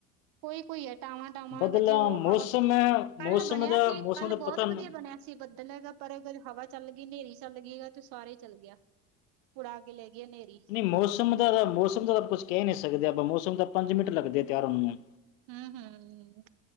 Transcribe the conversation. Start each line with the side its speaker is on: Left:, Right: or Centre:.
Right: ਕੋਈ-ਕੋਈ ਆ ਟਾਵਾਂ-ਟਾਵਾਂ
Left: ਬਦਲਾ
Right: ਵ ਜੇ ਓ
Left: ਮੌਸਮ
Right: ਹਵਾ,
Left: ਹੈ
Right: ਕੱਲ
Left: ਮੌਸਮ
Right: ਬਣਿਆ
Left: ਦਾ
Right: ਸੀ
Left: ਮੌਸਮ
Right: ਕੱਲ
Left: ਦਾ ਪਤਾ
Right: ਬੋਤ
Left: ਨਹੀਂ
Right: ਵਧੀਆ ਬਣਿਆ ਸੀ ਬੱਦਲ ਹੈਗਾ ਪਰ ਕਦੀ ਹਵਾ ਚੱਲਗੀ ਨੇਰੀ ਚੱਲਗੀ ਏ ਤੇ ਸਾਰੇ ਈ ਚੱਲ ਗਯਾ। ਉੜਾ ਕੇ ਲੈ ਗਏ ਹਨੇਰੀ।
Left: ਮੌਸਮ ਦਾ ਤਾਂ ਮੌਸਮ ਦਾ ਤਾਂ ਕੁਛ ਕੈ ਨੀ ਸਕਦੇ ਆਪਾਂ ਮੌਸਮ ਦਾ ਪੰਜ ਮਿੰਟ ਲੱਗਦੇ ਆ ਤਿਆਰ ਹੋਨ ਨੂੰ
Right: ਹੂੰ-ਹੂੰ